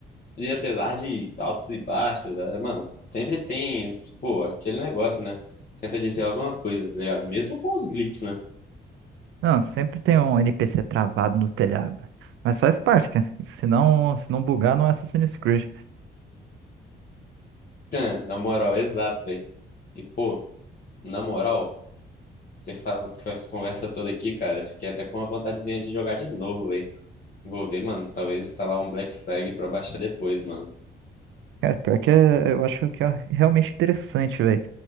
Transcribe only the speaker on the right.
Não, sempre tem um NPC travado no telhado. Mas faz parte, cara. Se não, se não bugar, não é Assassin's Creed.
Cara, pior que é, eu acho que é realmente interessante, velho.